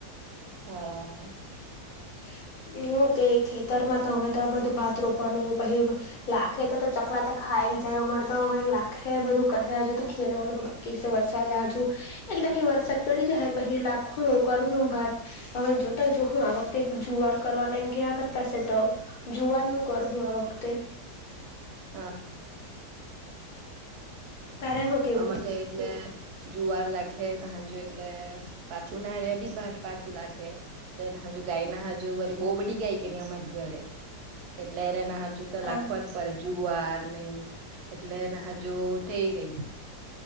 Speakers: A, on the right; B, on the left.
A: હા આઆ
B: <unintelligible> એવું કે ખેતર માં તો હવે તો બધું ભાત રોપવાનું પછ લાખે તો તો ચકલા તો ખાય. એ જાય અર. તો હવે લાખે બધું કરે આજુ તો ખેડવાનું બાકી છે વરસાદ આજુ એકદાખી વરસાદ પડી. પછી લખું કર હું ભત હવે જોતા જોું આ વખતે જુવાર કરવાના એમ ક કર. થશે તો જુવારનુંું કરવું આ વખતે.
A: હા
B: તારે શું કેવું
A: અ છે એટલે. જુવાર લખે ભાંજો એટલે પાછું ના રે બી ભાત પાછું લખે. ના હજુ ગાય ના હજુ બહુ બધી ગાય કે ન અમારી ઘરે એટલેના હજુ. હજુ તો લાખવા
B: હા
A: જ પરજુ આ ને એટલેને હજુ થઈ રહી.